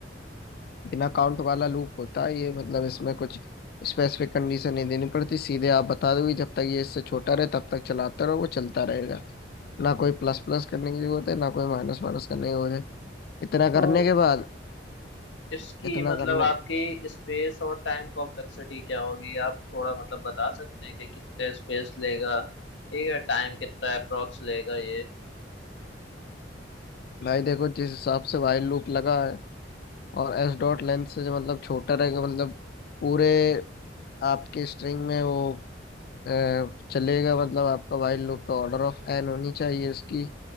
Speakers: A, on the left (about 55°); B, on the left (about 75°).
A: बिना काउंट वाला लूप होता है ये मतलब इसमें कुछ स्पेसिफिक कंडीशन नहीं देनी पड़ती सीधे आप बता दोगे जब तक ये इससे छोटा रहे तब तक चलाते रहो वो चलता रहेगा ना कोई प्लस प्लस करने की जरूरत है ना कोई माइनस माइनस करने की जरूरत है इतना
B: तो
A: करने के बाद
B: इसकी
A: इतना
B: मतलब
A: करने
B: आपकी स्पेस और टाइम कॉम्प्लेक्सिटी क्या होगी आप थोड़ा मतलब बता सकते हैं कि कितने स्पेस लेगा ठीक है टाइम कितना अप्रोक्स लेगा ये
A: भाई देखो जिस हिसाब से वाइल लूप लगा है और एस डॉट लेंथ से जो मतलब छोटा रहेगा मतलब पूरे आपके स्ट्रिंग में वो अ, चलेगा मतलब आपका वाइल लूप तो ऑर्डर ऑफ एन होनी चाहिए इसकी